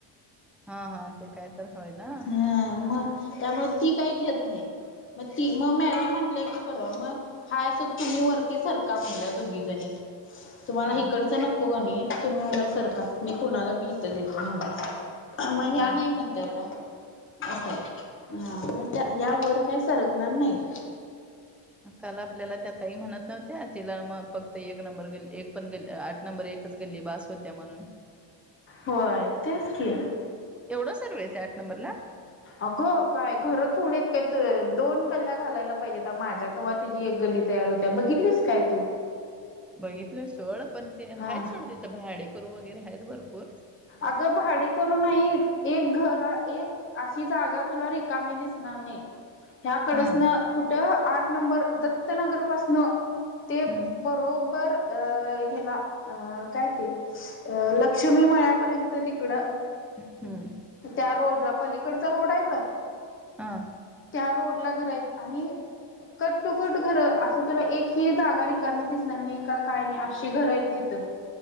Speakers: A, in the centre; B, on the left.
A: हा, हा, ते काय तर होय ना.
B: ह मग त्यामुळे ती काही घेत नाही, मग ती मग मॅडम म्हंटलंय की परवा मग. हाय असं तुम्ही वरती सारका म्हणल दोघी जणी. तुम्हाला
A: हा
B: इकडचं नको कणी तुम्ही वर सरका मी कुणाला बी इथं देतो म्हणल मग या
A: हा
B: नाही म्हणत्याता असाय
A: हा
B: ह मग त्या ह्या वर काय सरकणार नाहीत
A: काल आपल्याला त्या तई म्हणत नव्हत्या तिला मग फक्त एक नंबर गल्ली एक पण गल्ली - नंबर एकच गल्ली बास होत्या म्हणून.
B: होय, तेच की.
A: एवढं सर्व आहे त्या आठ नंबरला.
B: अगं काय, घरं थोडी काय दोन गल्ल्या घालायला पाहिजेत माझ्यात तिची एक गल्ली तयार होत्या, बघितलीस काय तू?
A: बघितलं सोड, पण ते आहेत
B: हा
A: सोड तिथं भाडे करू वगैरे आहेत भरपूर.
B: अगं भाडे करू नाही एक घर एक अशी जागा तुला रिकामी दिसणार नाही. ह्याकडेच
A: हा
B: ना कुठं आठ नंबर दत्तनगर पाासन. ते
A: हम्म
B: बरोबर अ ह्याला, अ काय ते अ लक्ष्मी म्ह पर्यंत तिकडं
A: हम्म,
B: त्या रोड ला, पलीकडचा रोड आहे बग
A: हा,
B: त्या रोड ला घर आहेत, आणि कट टु कट घर, असं तुला एकही जागा रिकाणी दिसणार नाही का काय नाही अशी घरं आहे तिथं.